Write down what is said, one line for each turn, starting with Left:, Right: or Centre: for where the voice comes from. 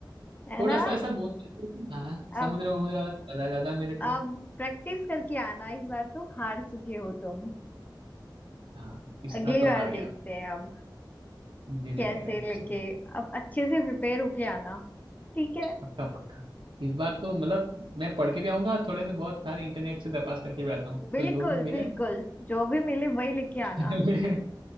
Left: है
Right: थोड़ा
Left: ना
Right: सा ऐसा बोल देते थे, हाँ
Left: अब
Right: समुद्र वमुद्र वाला मजा आ जाता मेरे को
Left: अब प्रैक्टिस करके आना इस बार तो हार चुके हो तुम
Right: हाँ इस
Left: अगली
Right: बार तो
Left: बार
Right: हार गया
Left: देखते हैं अब
Right: मुझे भी
Left: कैसे
Right: लग रहा है
Left: लेके
Right: चल
Left: अब अच्छे से प्रिपेयर होके आना ठीक है
Right: पक्का पक्का इस बार तो मतलब मैं पढ़ के भी आऊंगा थोड़े से बहुत सारे इंटरनेट से तपास करके भी आता हूँ
Left: बिल्कुल
Right: तो जो भी मिले
Left: बिल्कुल जो भी मिले वही लेके आना
Right: <laughs>